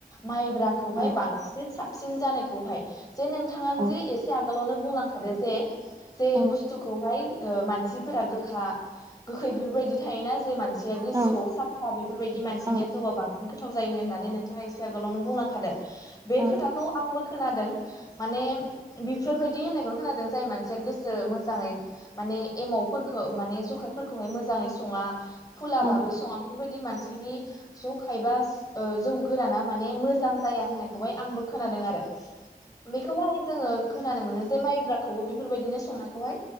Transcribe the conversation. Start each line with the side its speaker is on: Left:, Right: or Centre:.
Left: माइब्राखौहाय
Right: औ
Left: बांसिन साबसिन जानायखौहाय जे नोंथाङानो
Right: नंगौ
Left: जे एसे आ आगोलावनो बुंलांखादो जे जे
Right: उम
Left: बुस्थुखौहाय ओ मानसिफोरा गो गोखै बेफोरबायदि थायोना जे मानसिया गोसोआव
Right: औ
Left: सा फा बेफोरबायदि मानसिनिया
Right: औ
Left: जौआ बांसिन गोथाव जायो होननानै नोंथाङा एसे आगोलावनो बुंलांखादों बे
Right: औ
Left: खोथाखौ आंबो खोनादों माने बेफोरबायदि होननायखौनो खोनादों जाय मानसिया गोसो मोजाङै माने एमावफोरखौ माने जखायफोरखौहाय मोजाङै सङा खुला
Right: औ
Left: बाबै सङा बे <unintelligible> बेफोरदि मानसिनि ज'खायबा जौ गोराना माने मोजां जाया होननायखौहाय आंबो खोनादों आरो बेखौहाय जोङो खोनानो मोनो जे माइब्राखौबो बेफोरबायदिनो संनायखौहाय